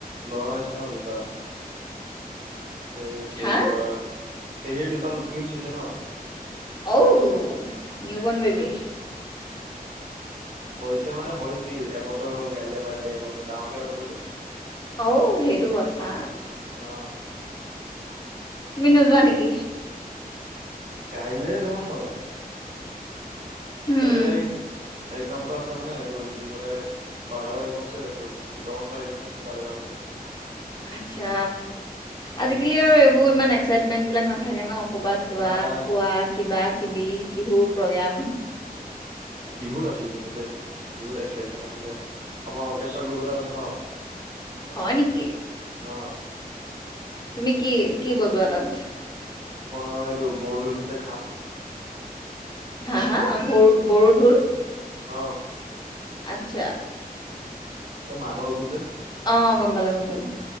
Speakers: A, on the right; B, on the left.
A: ল'ৰা হৈছে ন দুটা এই পেহীৰ
B: হা
A: ল'ৰা পেহীৰ দুটা টুইন্ছ হৈছে ন
B: অঔ নিউ বণ বেবি
A: হৈছে মানে হৈছিল এবছৰ হ'ল কাইলৈ বাৰ্থডে এবছৰ ডাঙৰকে পাতিব যে
B: অ সেইটো কথা
A: অ
B: তুমি নোযোৱা নেকি
A: কাইলৈ যাম মই
B: হুম
A: গলে একজাম এটা আছে মানে এইটো দি পেলাই বাৰটা ব একজাম আছে ত দুটামানত আহি যাম পিছত তালে যামগৈ উ
B: আচ্ছা আজিকালি আৰু এইবোৰ ইমান এক্সাইটমেন্ট বিলাক নাথাকে ন কৰ'বাত যোৱা
A: নাই
B: খোৱা কিবা কিবি বিহু প্ৰগ্ৰোম
A: বিহুত আছিল কিন্তু দেই বিহুত এক্সাইটমেণ্ট আছিলে আমাৰ অৰ্কেষ্ট্ৰা গ্ৰুপ এটা আছে ন
B: হয় নেকি
A: অ
B: তুমি কি কি বজোৱা তাত
A: মই এইটো বৰদোলটোতে খাম
B: হা হা ব বৰঢোল
A: অ
B: আচ্ছা
A: এ ম বউ তো যে
B: অ গম পালোঁ গম পালোঁ